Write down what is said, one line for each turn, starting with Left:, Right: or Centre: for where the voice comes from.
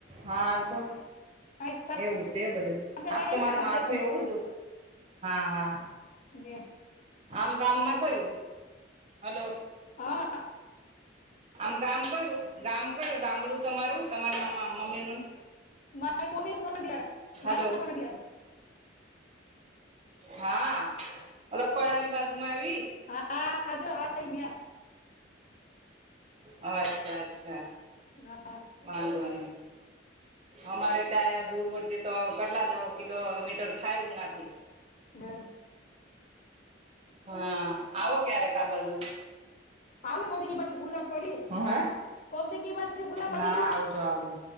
Right: હા આઝો.
Left: અહીં
Right: એવું સે બધું,
Left: સાંતે
Right: હાસ
Left: પાઈ
Right: તો
Left: આવ્યો
Right: મારું
Left: ને આમતે
Right: માથું
Left: પાઈ
Right: એવું દુ. હા, હા.
Left: નીયા.
Right: આમ ગામમાં કયું? હાલો.
Left: અ...
Right: આમ ગામ કયું ગામ કયું ગામડું તમારું તમારી મા મ મમ્મી નું?
Left: મારે મમ્મીનું સમત્તિ વારા
Right: હલો
Left: ના ના સમત્તિ આરા
Right: હા, અલક પળાની બાજુમાં આવી.
Left: હા આજ હા આયી ગ્યા.
Right: અ અચ્છા-અચ્છા
Left: હા
Right: વાંધો ની. અમારે ત્યાં દૂડ ઓતી તો કટલા કિલોમીટર થાય ઓનાથી.
Left: ડ
Right: હા, આવો ક્યારેક આ બાજુ.
Left: આવ્યુ કો કી બાજુ. ભૂલા પડ્યું
Right: હુ હે.
Left: કોક દીકી બાજુ ભૂલા પડ્યું
Right: હા, આવજો-આવજો.